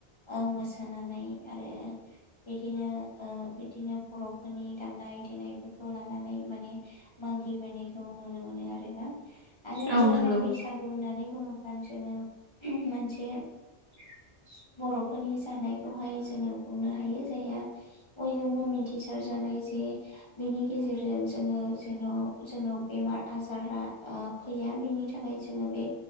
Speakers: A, on the left (about 30°); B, on the right (about 45°).
A: ओ मोसानानै आरो बिदिनो ओ बिदिनो बर'फोरनि दाम नाय देनायफोरखौ लानानै माने मागिबायनायखौ नुनो मोनो आरो ना। आरो
B: औ
A: बेवहाय
B: नंगौ
A: बैसागु होननानै बुङोब फानो जोङो मोनसे
B: <inaudible>
A: बर'फोरनि जानायखौहाय जोङो बुंनो हायो जायहा बयजोंबो मिथिसार जानाय जे बिनि गेजेरजों जोङो जेन' जोंनाव बेमार आजारा फैया बेनि थाखाय जोङो बे